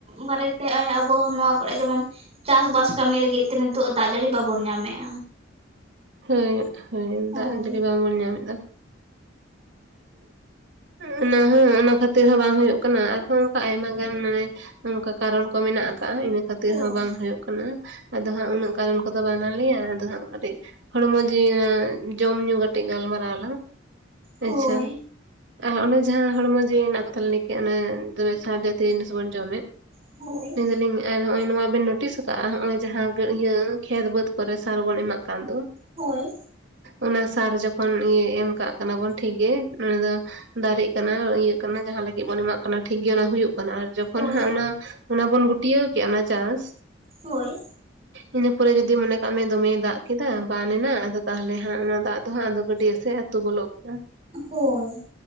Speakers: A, on the right; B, on the right.
A: ᱵᱟᱨᱮᱛᱮ ᱟᱵᱚ ᱱᱚᱣᱟ ᱠᱚᱨᱮ ᱡᱮᱢᱚᱱ ᱪᱟᱥ ᱵᱟᱥ ᱠᱟᱹᱢᱤ ᱞᱟᱹᱜᱤᱫ ᱛᱮ ᱱᱤᱛᱚᱜ ᱫᱟᱜ ᱡᱟᱹᱲᱤ ᱵᱟᱵᱚᱱ ᱧᱟᱢᱮᱼᱟ
B: <unintelligible>
A: ᱦᱳᱭ
B: ᱫᱟᱜ ᱡᱟᱲᱤ ᱵᱟᱝᱵᱚᱱ ᱧᱟᱢ ᱮᱫᱟ ᱚᱱᱟ ᱦᱚᱸ ᱚᱱᱟ ᱠᱷᱟᱹᱛᱤᱨ ᱦᱚᱸ ᱵᱟᱝ ᱦᱩᱭᱩᱜ ᱠᱟᱱᱟ ᱟᱨᱦᱚᱸ ᱚᱱᱠᱟ ᱟᱭᱢᱟ ᱜᱟᱱ ᱢᱟᱱᱮ ᱱᱚᱝᱠᱟ ᱠᱟᱨᱚᱱ ᱠᱚ ᱢᱮᱱᱟᱜ ᱠᱟᱫᱟ ᱤᱱᱟᱹ ᱠᱷᱟᱹᱛᱤᱨ
A: ᱦᱳᱭ
B: ᱦᱚᱸ ᱵᱟᱝ ᱦᱩᱭᱩᱜ ᱠᱟᱱᱟ ᱟᱫᱚ ᱦᱟᱸᱜ ᱩᱱᱟᱹᱜ ᱠᱟᱨᱚᱱ ᱠᱚᱫᱚ ᱵᱟᱱᱟᱞᱮᱭᱟ ᱟᱫᱚ ᱦᱟᱸᱜ ᱠᱟᱹᱴᱤᱡ ᱦᱚᱲᱢᱚ ᱡᱤᱭᱣ ᱡᱚᱢ ᱧᱩ ᱠᱟᱴᱤᱡ ᱜᱟᱞᱢᱟᱨᱟᱣ ᱟᱞᱟᱝ
A: ᱦᱳᱭ
B: ᱟᱪᱪᱷᱟ ᱟᱨ ᱚᱱᱮ ᱡᱟᱦᱟᱸ ᱦᱚᱲᱢᱚ ᱡᱤᱣᱤ ᱨᱮᱱᱟᱜ ᱠᱟᱛᱷᱟ ᱞᱤᱧ ᱞᱮᱭ ᱠᱮᱫ ᱚᱱᱮ ᱫᱚᱢᱮ ᱥᱟᱨ ᱡᱟᱛᱤᱭᱚ ᱡᱤᱱᱤᱥ ᱵᱚᱱ ᱡᱚᱢᱮᱫ
A: <unintelligible>
B: ᱢᱮᱱᱫᱟᱞᱤᱧ ᱟᱨ ᱱᱚᱜᱼᱚᱭ ᱱᱚᱣᱟ ᱵᱤᱱ ᱵᱚᱴᱤᱥ ᱟᱠᱟᱜᱼᱟ ᱱᱚᱜᱚᱭ ᱡᱟᱦᱟᱸ ᱤᱭᱟᱹ ᱠᱷᱮᱛ ᱵᱟᱹᱫᱽ ᱠᱚᱨᱮ ᱥᱟᱨ ᱵᱚᱱ ᱮᱢᱟᱜ ᱠᱟᱱ ᱫᱚ
A: ᱦᱳᱭ
B: ᱚᱱᱟ ᱥᱟᱨ ᱡᱚᱠᱷᱚᱱ ᱤᱭᱟᱹ ᱮᱢ ᱠᱟᱜ ᱠᱟᱱᱟ ᱵᱚᱱ ᱴᱷᱤᱠᱜᱮ ᱚᱱᱟ ᱫᱚ ᱫᱟᱨᱮᱜ ᱠᱟᱱᱟ ᱤᱭᱟᱹᱜ ᱠᱟᱱᱟ ᱡᱟᱦᱟᱸ ᱞᱟᱹᱜᱤᱫ ᱵᱚᱱ ᱮᱢᱟᱜ ᱠᱟᱱᱟ ᱴᱷᱤᱠᱜᱮ ᱚᱱᱟ ᱦᱩᱭᱩᱜ ᱠᱟᱱᱟ ᱡᱚᱠᱷᱚᱱ
A: ᱦᱳᱭ
B: ᱦᱟᱸᱜ ᱚᱱᱟ ᱚᱱᱟ ᱵᱚᱱ ᱜᱩᱴᱭᱟᱹᱣ ᱠᱮᱫ ᱚᱱᱟ ᱪᱟᱥ
A: ᱦᱳᱭ
B: ᱤᱱᱟᱹ ᱯᱚᱨᱮ ᱡᱩᱫᱤ ᱢᱚᱱᱮ ᱠᱟᱜ ᱢᱮ ᱫᱚᱢᱮᱭ ᱫᱟᱜ ᱠᱮᱫᱟᱭ ᱵᱟᱱ ᱮᱱᱟ ᱟᱫᱚ ᱛᱟᱦᱚᱞᱮ ᱦᱟᱜ ᱚᱱᱟ ᱫᱟᱜ ᱫᱚ ᱦᱟᱸᱜ ᱟᱫᱚ ᱜᱟᱹᱰᱤᱹᱭᱟ ᱥᱮᱡ ᱟᱹᱛᱩ ᱵᱚᱞᱚᱜ <unintelligible>
A: ᱦᱳᱭ